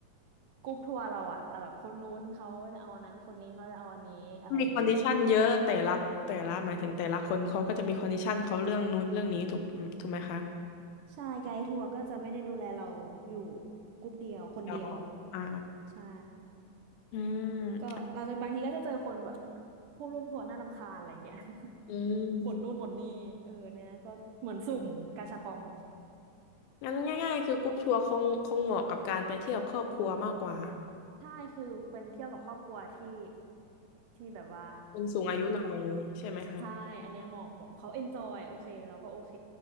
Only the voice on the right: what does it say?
กรุ๊ปทัวร์เราอะเราแบบคนนู้นเขาจะเอาอันนั้นคนนี้เขาจะเอาอันนี้อะไรเงี้ย
ใช่ไกด์ทัวร์ก็จะไม่ได้ดูแลเราอยู่กรุ๊ปเดียวคนเดียว
ใช่
ก็เราจะบางทีก็จะเจอคนแบบ
ผู้ร่วมทัวร์น่ารำคาญอะไรเงี้ย <laughs>
บ่นนู่นบ่นนี่เออเนี่ยก็เหมือนสุ่มกาชาปอง
ใช่คือเป็นเที่ยวกับครอบครัวที่ที่แบบว่า
ใช่ อันเนี้ยเหมาะเหมาะเขาเอนจอยโอเคเราก็โอเค